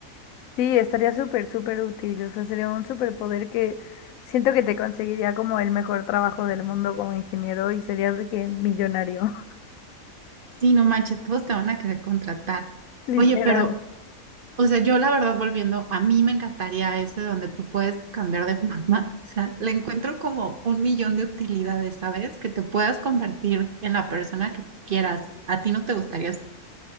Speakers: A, on the left; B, on the right.
A: Sí, estaría súper, súper útil. O sea, sería un superpoder que siento que te conseguiría como el mejor trabajo del mundo como ingeniero y serías de que millonario,
B: Sí, no manches, todos te van a querer contratar.
A: <laughs> literal.
B: Oye, pero, o sea, yo la verdad volviendo, a mí me encantaría ese donde tú puedes cambiar de <laughs> mamá. O sea, le encuentro como un millón de utilidades, ¿sabes? Que te puedas convertir en la persona que tú quieras. ¿A ti no te gustaría